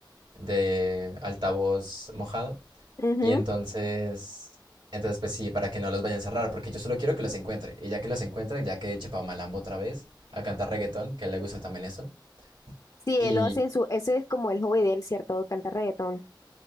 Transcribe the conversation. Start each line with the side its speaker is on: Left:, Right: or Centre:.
Right: de altavoz mojado.
Left: Ujú.
Right: Y entonces, entonces pues sí, para que no los vayan a cerrar, porque yo solo quiero que los encuentre. Y ya que los encuentre, ya que eche pa' Malambo otra vez a cantar reggaetón, que a él le gusta también eso.
Left: Sí,
Right: Y
Left: él lo hace en su, ese es como el hobby de él, ¿cierto? Cantar reggaetón.